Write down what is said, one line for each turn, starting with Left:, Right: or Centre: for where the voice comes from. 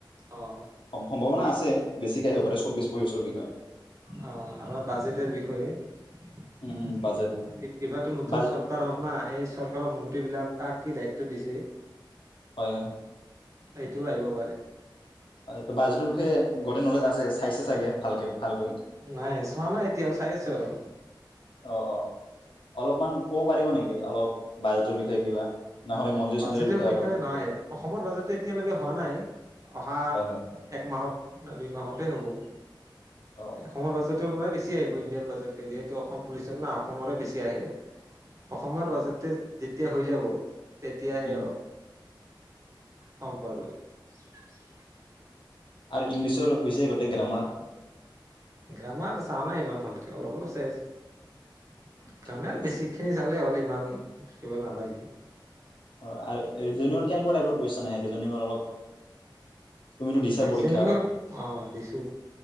Right: অ
Left: সম সম্ভাৱনা আছে বেছিকে আহিব পাৰে চৌব্বিশ পঁচিশ ৰ বিষয়ে।
Right: অ আৰ বাজেটেৰ বিষয়ে। এ
Left: উম
Right: এইবাৰটো
Left: উম বাজেট
Right: নতুন
Left: বা
Right: চৰকাৰ হ'ল না এই চৰকাৰৰ মন্ত্ৰী বিলাক কাক কি দায়িত্ব দিছে?
Left: হয়
Right: এইটোও আহিব পাৰে।
Left: হয়, বাজেটৰ বিষয়ে গোটেই নলেজ আছে চাইছে চাগে ভালকে ভালকৈ।
Right: নাই চোৱা নাই এতিয়াও চাই আছো আৰু
Left: অ অ অলপমান কব পাৰিব নেকি অলপ বাজেটৰ বিষয়ে কিবা? নহ'লে মন্দিৰ
Right: বাজেটেৰ
Left: চন্দিৰৰ
Right: বিষয়ে
Left: অলপ
Right: নহয় অসমৰ বাজেটটো এতিয়ালৈকে হোৱা নাই অহা
Left: হয় হয়
Right: এক মাহত, দুই মাহতে হব
Left: অ
Right: এসময়ৰ বাজেটৰ পৰাই বেছি ছি আহিব ইণ্ডিয়ান বাজেতকে যিহেতু অসম পুলিচত না অসমৰে বেছি আহে। অসমৰ
Left: হয়
Right: বাজেতে যেতিয়া হৈ যাব তেতিয়াহে
Left: উম
Right: অলপ গমপোৱা যাব।
Left: আৰু ইংলিছৰ হৈছে গোটেই গ্ৰামাৰ
Right: গ্ৰামাৰ চাও নাই ইমান খালিকে অলপ অলপ চাই আছো। গ্ৰামাৰ
Left: ঠিকে আছে
Right: বেছিক খিনি চালে হ'ল ইমান কিবা নালাগে। <unintelligible>
Left: অ আৰু ৰিজনিং ৰ কেনেকুৱা টাইপৰ কুৱেশ্যন আহে ৰিজনিং ৰ অলপ তুমিতো দিছা
Right: ৰিজনিংৰ,
Left: পৰীক্ষা অলপ
Right: অ দিছো।